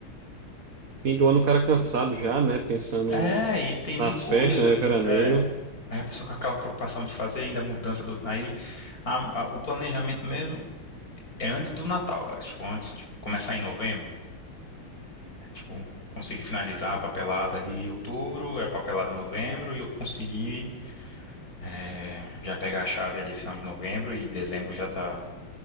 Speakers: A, on the right (about 40°); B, on the left (about 40°).
A: fim do ano o cara cansado já, né? Pensando
B: É, e tem mil
A: nas
B: coisas.
A: festas, né? Veraneio.
B: É. Aí a pessoa com aquela preocupação de fazer ainda a mudança do. Aí a- a- o planejamento mesmo é antes do Natal agora. Tipo, antes, tipo, começar em novembro. É, Tipo, consegui finalizar a papelada ali em outubro, é papelada em novembro, e eu consegui é, já pegar a chave ali final de novembro e dezembro já tá.